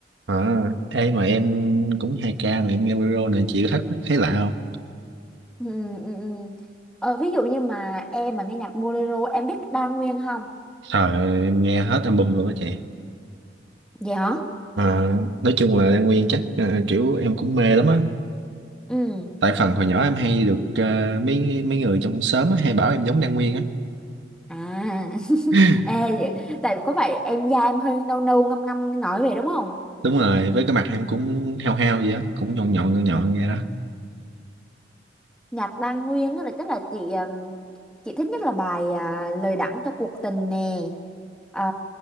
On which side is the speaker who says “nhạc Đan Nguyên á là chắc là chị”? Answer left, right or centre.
Centre